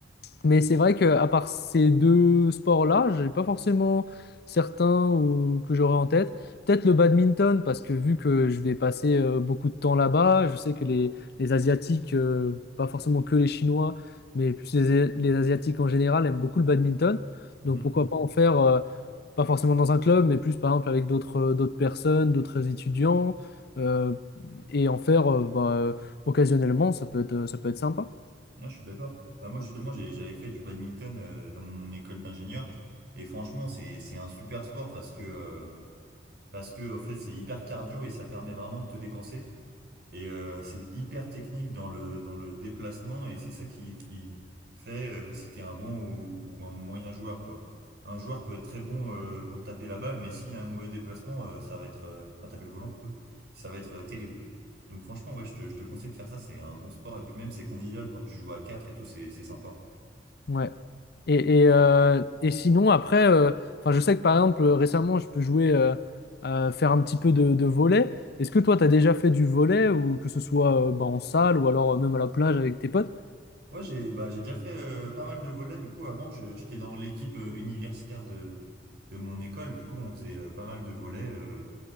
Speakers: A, on the left; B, on the right.
A: Mais c'est vrai qu'à part ces deux sports-là, j'ai pas forcément certains ou- que j'aurais en tête. Peut-être le badminton, parce que vu que je vais passer euh, beaucoup de temps là-bas, je sais que les, les Asiatiques, euh, pas forcément que les Chinois, mais plus les, les Asiatiques en général, aiment beaucoup le badminton.
B: Mhm.
A: Donc pourquoi pas en faire, euh, pas forcément dans un club, mais plus par exemple avec d'autres euh, d'autres personnes, d'autres étudiants, euh, et en faire euh, bah, euh, occasionnellement, ça peut être, ça peut être sympa.
B: Ouais, je suis d'accord. Bah, moi, justement, j'ai- j'avais fait du badminton, euh, dans mon école d'ingénieur. Et franchement, c'est, c'est un super sport parce que, euh, parce que, en fait, c'est hyper cardio et ça permet vraiment de te dépenser. Et euh, c'est hyper technique dans le, dans le déplacement et c'est ça qui, qui fait euh, si t'es un bon ou, ou un moyen joueur, quoi. Un joueur peut être très bon euh, pour taper la balle, mais s'il a un mauvais déplacement, euh, ça va être... euh, enfin, taper le volant plutôt, ça va être euh, terrible. Donc franchement, ouais, je te, je te conseille de faire ça, c'est un bon sport. Et puis même, c'est convivial quand tu joues à 4 et tout, c'est c'est sympa.
A: Ouais. Et, et, euh, et sinon, après, euh, enfin, je sais que par exemple, euh, récemment, je peux jouer, euh, euh, faire un petit peu de, de volley. Est-ce que toi, tu as déjà fait du volley, ou que ce soit euh, bah, en salle, ou alors euh, même à la plage avec tes potes?
B: Ouais, j'ai bah, j'ai déjà fait euh, pas mal de volets. Du coup, avant, je- j'étais dans l'équipe euh, universitaire de, de mon école. Du coup, on faisait euh, pas mal de volets. euh,